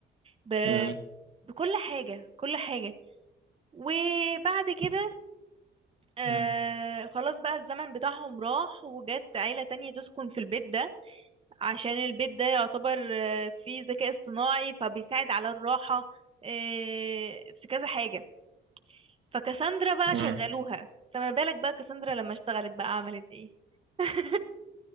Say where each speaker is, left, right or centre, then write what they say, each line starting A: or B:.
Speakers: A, on the right; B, on the right.
A: ب...
B: مم.
A: بكل حاجة كل حاجة وبعد كده آه
B: مم.
A: خلاص بقى الزمن بتاعهم راح وجت عيلة تانية تسكن في البيت ده عشان البيت ده يعتبر آه فيه ذكاء اصطناعي فبيساعد على الراحة آه في كذا حاجة فكاساندرا بقى
B: مم.
A: شغلوها فما بالك بقى كاساندرا لما اشتغلت بقى عملت ايه <laughs>